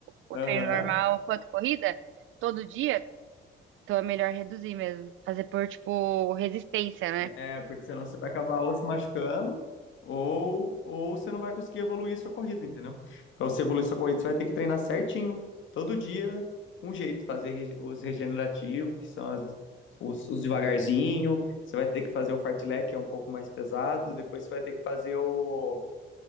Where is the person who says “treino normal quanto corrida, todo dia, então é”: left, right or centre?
Right